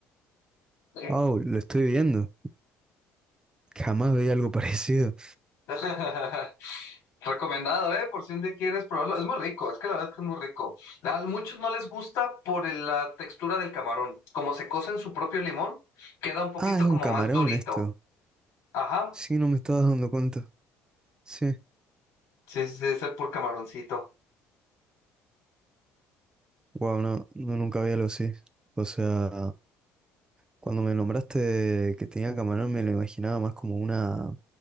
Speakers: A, on the left; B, on the right.
A: Sí.
B: Wow, lo estoy viendo. Jamás veía algo <laughs> parecido.
A: <laughs> Recomendado, ¿eh? Por si un día quieres probarlo. Es muy rico, es que la verdad es que es muy rico. A muchos no les gusta por el- la textura del camarón. Como se cose en su propio limón, queda un poquito
B: Ah, es un
A: como
B: camarón
A: más durito.
B: esto.
A: Ajá.
B: Sí, no me estaba dando cuenta. Sí.
A: Sí, sí, sí, es el pur camaroncito.
B: Wow, no, no, nunca había algo así. O sea, cuando me nombraste que tenía camarón, me lo imaginaba más como una